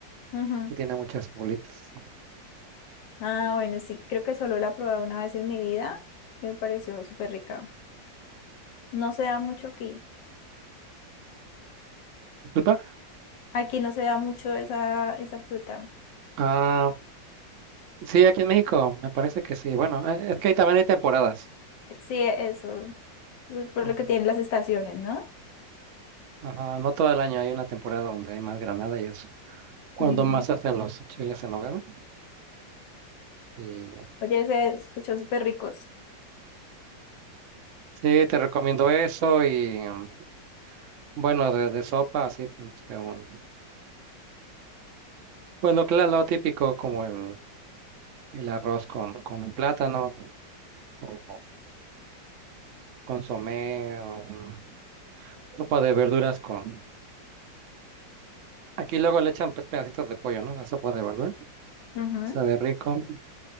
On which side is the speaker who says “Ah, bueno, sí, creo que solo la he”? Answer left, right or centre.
Left